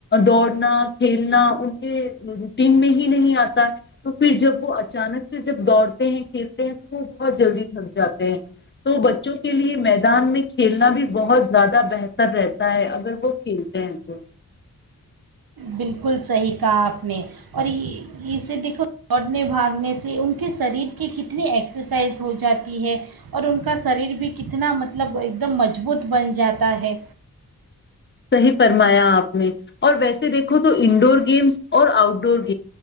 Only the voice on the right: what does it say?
بالکل صحیح کہا آپ نے اور اسے دیکھو دوڑنے بھاگنے سے ان کے شریر کی کتنی ایکسرسائز ہو جاتی ہے اور ان کا شریر بھی کتنا مطلب ایک دم مضبوط بن جاتا ہے